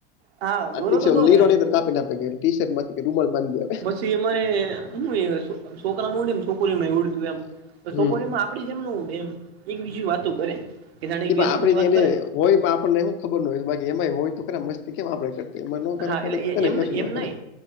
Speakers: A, on the right; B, on the left.
A: હા દોરો
B: ઠી છે
A: તો દોરો
B: લીરો
A: એમ
B: ની તો કાપીને આપે ટી શર્ટ માંથી કે રૂમલ માંી
A: પછી અમારે છોકરામાં છોકરી છો એ આપ
B: હમ
A: એમ એમ એક બીજી વાતો કરે કે જાણે
B: એ પણ
A: બે શોકો
B: આપણે
A: ની
B: જે
A: વાત
B: એને
A: કરે
B: હોય આપણનેું ખબર ન હોય બાકી એમાંય હોય તો ખરા મસ્તી કેમ આપણેે કરતી એમાં ન કરે
A: હા
B: ખચ
A: એટલે
B: કરને
A: એમ
B: કછી ન
A: એમ
B: કરે
A: નહી